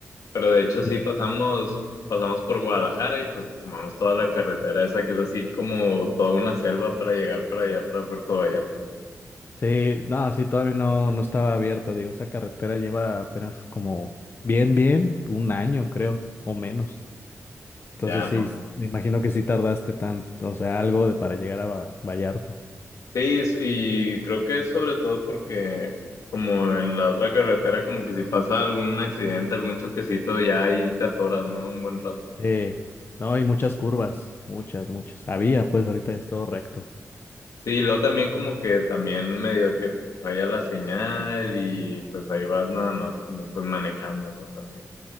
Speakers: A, on the left; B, on the left.
A: Pero de hecho sí
B: Ujú.
A: pasamos, pasamos por Guadalajara y pues tomamos toda la carretera esa que es así como toda una selva para llegar para allá, para Puerto Vallarta.
B: Sí, no, sí, todavía no, no estaba abierta. Digo, esa carretera lleva apenas como bien, bien, un año creo, o menos. Entonces
A: Ya
B: sí,
A: no.
B: me imagino que sí tardaste tanto, o sea, algo de para llegar a Va- Vallarta.
A: Sí, y creo que es sobre todo porque como en la otra carretera, como que si pasa algún accidente, algún choquecito, ya ahí te atoras, ¿no? Un buen rato.
B: Sí, no, hay muchas curvas, muchas, muchas. Había, pues ahorita ya es todo recto.
A: Sí, y luego también como que también medio que falla la señal y pues ahí vas nada más como pues manejando, ¿no? También.